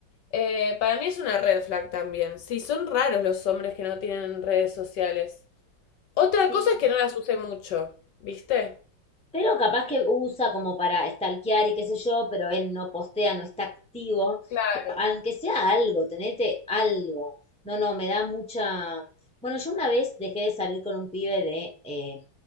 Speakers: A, on the left (about 65°); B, in the centre.
A: Eh, para mí es una red flag también. Sí, son raros los hombres que no tienen redes sociales. Otra
B: Sí.
A: cosa es que no las use mucho, ¿viste?
B: Pero capaz que usa como para stalkear y qué sé yo, pero él no postea, no está activo.
A: Claro,
B: Pero aunque sea algo, tenete algo. No, no, me da mucha... Bueno, yo una vez dejé de salir con un pibe de eh,